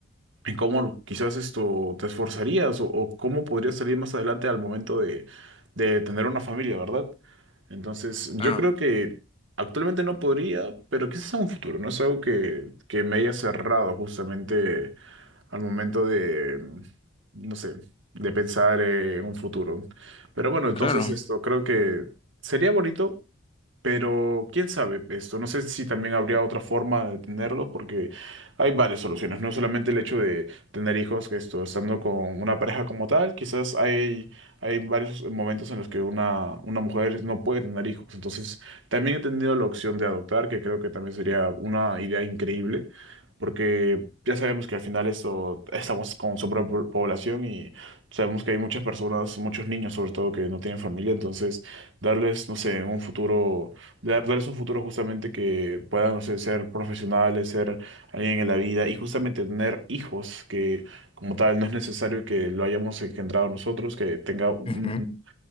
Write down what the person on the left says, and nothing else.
Ah,
claro.
Ujú.